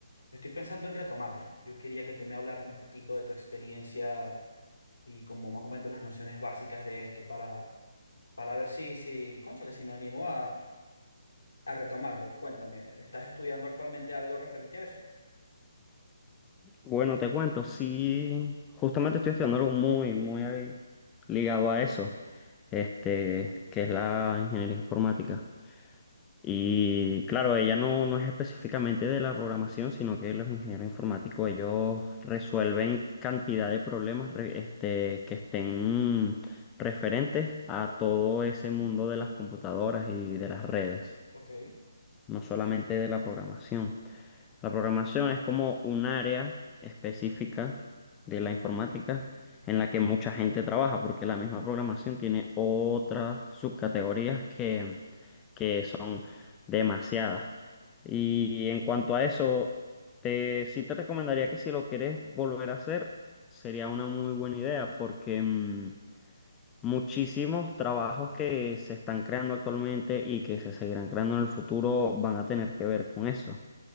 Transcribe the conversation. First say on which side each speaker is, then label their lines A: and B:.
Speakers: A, on the left; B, on the left.
A: estoy pensando en retomarlo. Yo quería que tú me hablaras un poquito de tu experiencia y como más o menos las nociones básicas de esto para, para ver si, si, cónchale, si me animo a retomarlo. Cuéntame, ¿estás estudiando actualmente algo referente a eso?
B: Bueno, te cuento, sí, justamente estoy estudiando algo muy, muy ahí ligado a eso, este, que es la ingeniería informática. Y claro, ella no, no es específicamente de la programación, sino que los ingenieros informáticos, ellos resuelven cantidad de problemas, re- este, que estén mm, referentes a todo ese mundo de las computadoras y de las redes,
A: Ok,
B: no solamente de la programación. La programación es como un área específica de la informática en la que mucha gente trabaja, porque la misma programación tiene otras subcategorías que, que son demasiadas. Y en cuanto a eso, te, sí te recomendaría que si lo quieres volver a hacer, sería una muy buena idea, porque mm, muchísimos trabajos que se están creando actualmente y que se seguirán creando en el futuro van a tener que ver con eso